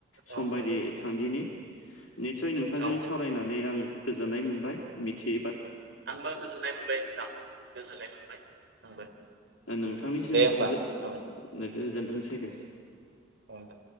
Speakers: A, on the left; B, on the right.
A: सम
B: औ
A: बायदियै
B: नंगौ नोंथां
A: थांदिनि निसय नोंथांजों
B: औ
A: सावरायनानै आं गोजोननाय मोनबाय मिथियै बा
B: आंबो गोजोननाय मोनबाय ओंनथां गोजोननाय मोनबाय आंबो।
A: नोंथांनिसिम
B: दे होमबा
A: गो-गोजोनथोंसै
B: जाबाय
A: दे
B: औ दे।